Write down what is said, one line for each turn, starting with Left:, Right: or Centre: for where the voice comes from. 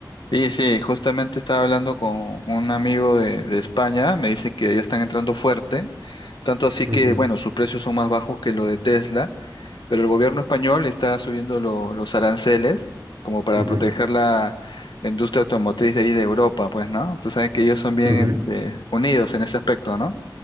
Left: Sí, sí, justamente estaba hablando con un amigo de, de España, me dice que ya están entrando fuerte, tanto así que,
Right: Ujú,
Left: bueno, sus precios son más bajos que lo de Tesla pero el gobierno español está subiendo lo- los aranceles como para
Right: ujú,
Left: proteger la, la industria automotriz de ahí de Europa, pues, ¿no? Tú sabes que ellos son bien
Right: ujú.
Left: este, unidos en ese aspecto, ¿no?